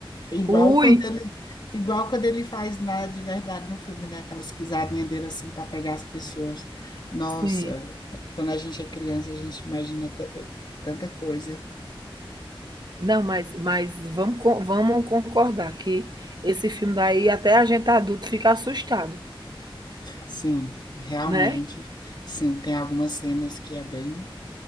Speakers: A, on the left; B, on the right.
A: Igual
B: Ui!
A: quando ele, igual quando ele faz na, de verdade no filme, né? Aquelas pisadinhas dele assim para pegar as pessoas. Nossa,
B: Sim.
A: quando a gente é criança, a gente imagina ta- tanta coisa.
B: Não, mas, mas vamos, con- vamos concordar que esse filme daí, até a gente adulto fica assustado,
A: Sim, realmente.
B: né?
A: Sim, tem algumas cenas que é bem,